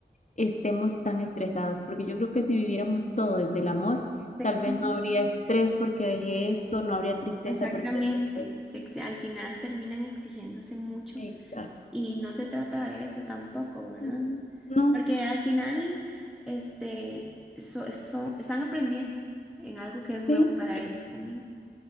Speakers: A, on the left; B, in the centre.
A: estemos tan estresadas, porque yo creo que si viviéramos todo desde el amor,
B: se
A: tal
B: exigen.
A: vez no habría estrés porque dejé esto, no habría tristeza
B: Exactamente,
A: porque dejé esto.
B: se ex- al final terminan exigiéndose mucho.
A: Exacto.
B: Y no se trata de eso tampoco, ¿verdad?
A: Ujú. No,
B: Porque al final, este, so- son- están aprendiendo en algo que es nuevo
A: sí,
B: para ellos también.